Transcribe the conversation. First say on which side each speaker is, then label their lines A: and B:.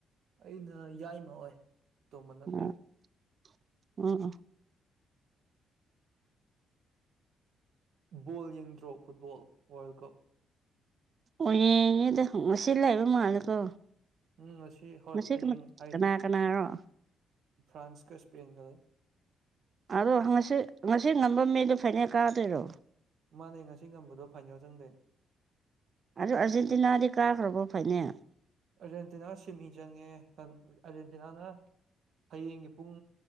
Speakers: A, on the right; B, on the right.
A: ꯑꯩꯅ ꯌꯥꯏꯃ ꯑꯣꯏ ꯑꯇꯣꯝꯕ
B: <unintelligible>
A: ꯅꯠꯇꯦ ꯕꯣꯜ ꯌꯦꯡꯗ꯭ꯔꯣ ꯐꯨꯠꯕꯣꯜ ꯋꯥꯔꯜ ꯀꯞ
B: ꯑꯣ ꯌꯦꯡꯉꯦꯗ ꯉꯁꯤ ꯂꯩꯕ ꯃꯥꯜꯂꯦꯀꯣ
A: ꯎꯝ ꯍꯣꯏ
B: ꯉꯁꯤ
A: ꯍꯌꯦꯡ
B: ꯀꯅꯥ
A: ꯑꯩ
B: ꯀꯅꯥ <unintelligible> ꯀꯅꯥꯔꯣ
A: ꯐ꯭ꯔꯥꯟꯁꯀ ꯁ꯭ꯄꯦꯟꯒ ꯂꯩ
B: ꯑꯗꯣꯁꯤ ꯍ ꯉꯁꯤ ꯉꯁꯤ ꯉꯝꯕ ꯃꯤꯗꯣ ꯐꯥꯏꯅꯦꯜ ꯀꯥꯗꯣꯏꯔꯣ
A: ꯃꯥꯅꯦ ꯉꯁꯤ ꯉꯝꯕꯗꯣ ꯐꯥꯏꯅꯦꯜ ꯆꯪꯗꯣꯏꯅꯦ
B: ꯑꯗꯨ ꯑꯥꯔꯖꯦꯟꯇꯤꯅꯥꯗꯤ ꯀꯥꯈ꯭ꯔꯕꯣ ꯐꯥꯏꯅꯦꯜ
A: ꯑꯥꯔꯖꯦꯟꯇꯤꯅꯥ ꯁꯤꯃꯤ ꯆꯪꯉꯦ ꯑꯟ ꯑꯥꯔꯖꯦꯟꯇꯤꯅꯥꯅ ꯍꯌꯦꯡꯒꯤ ꯄꯨꯡ